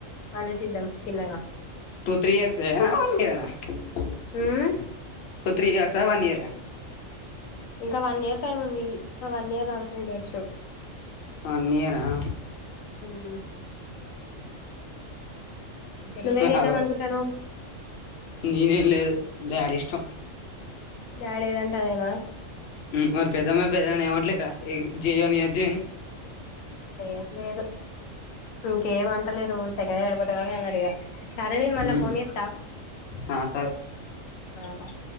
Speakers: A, on the left; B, on the left.
A: ఆలోచిద్దాం చిన్నగా
B: టూ త్రీ ఇయర్స్ ఎమన్న <unintelligible>
A: ఉమ్
B: త్రీ ఇయర్స్ అ వన్ ఇయర్ అ
A: ఇంకా వన్ ఇయర్ టైమ్ ఉంది ఆ వన్ ఇయర్ ఆలోచించోచ్చు
B: వన్ ఇయర్ ఆ
A: ఉమ్ నువ్వేం
B: ఆ
A: చేద్దాం అనుకుంటానవ్
B: నేనేం లేదు డాడీ ఇష్టం
A: డ్యాడి ఏదంటే అదేనా
B: మ్ మరి పెద్దమ్మ పెద్దనన ఏమంట్లేద ఇద్ జెయ్య ని అజ్జేయ్యని
A: లేదు లేదు ఇంకేం అంటలేరు సెకండ్ ఇయర్ అయిపోతే గాని అన్నారు ఇగా సరే నేను మళ్ళా
B: ఉమ్,
A: ఫోన్ చేత్త
B: ఆ స
A: ఆ బాయ్